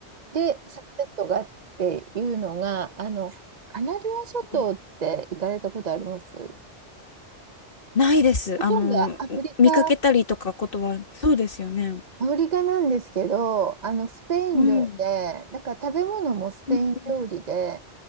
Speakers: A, on the right; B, on the left.
A: で、サンセットがっていうのが、あの、カナリア諸島って行かれたことあります
B: うんないです。
A: ほとんどアフリカ、
B: あの、見かけたりとかことは、そうですよね。
A: アフリカなんですけど、あの、スペイン料で、
B: うん。
A: なんか食べ物もスペイン料理で、
B: うんうん